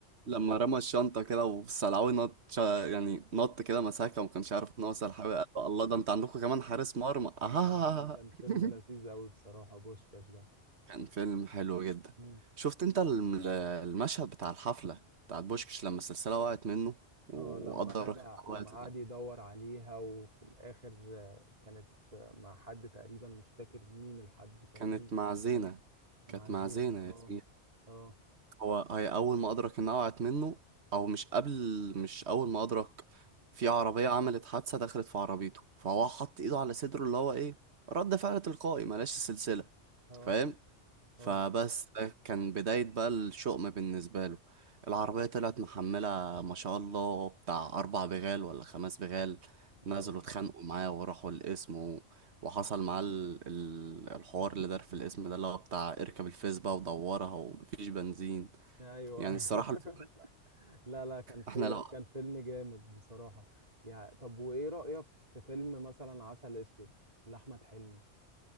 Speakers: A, on the right; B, on the right.
A: لما رمى الشنطه كده والسلعوي نط شا- يعني نط كده مساكه وما كانش عارف ان هو سلعوي قال له الله ده انت عندكم كمان حارس مرمى
B: لا
A: آه.
B: لا كان فيلم
A: <laughs>
B: لذيذ قوي بصراحة بوشكاش ده
A: كان فيلم حلو جدا
B: مم.
A: شفت انت الم- المشهد بتاع الحفله بتاعت بوشكش لما السلسله وقعت منه وادرك
B: اه لما رجع
A: ان
B: لما
A: هو يطلع؟
B: قعد يدور عليها وفي الآخر آه، كانت آه، مع حد تقريبا مش فاكر مين الحد كان
A: كانت
B: مين
A: مع زينه
B: مع
A: كانت
B: زينة
A: مع زينه ياسمين
B: اه اه اه
A: هو هي اول ما ادرك انها وقعت منه او مش قبل مش اول ما ادرك في عربيه عملت حادثه دخلت في عربيته فهو حط ايده على صدره اللي هو ايه رد فعل تلقائي ملاش سلسله
B: اه
A: فاهم فبس
B: اه
A: ده كان بدايه بقى الشؤم بالنسبه له العربيه طلعت محمله ما شاء الله بتاع اربع بغال ولا خمس بغال نزلوا
B: آه.
A: اتخانقوا معاه وراحوا القسم و... وحصل معاه ال... ال- الحوار اللي دار في القسم ده اللي هو بتاع اركب الفيسبا ودورها ومفيش بنزين
B: ايوه
A: يعني الصراحة الفيلم
B: <laughs> لا لا كان في
A: احنا لو
B: كان فيلم جامد بصراحة يعني طب وإيه رأيك في فيلم مثلا عسل أسود لأحمد حلمي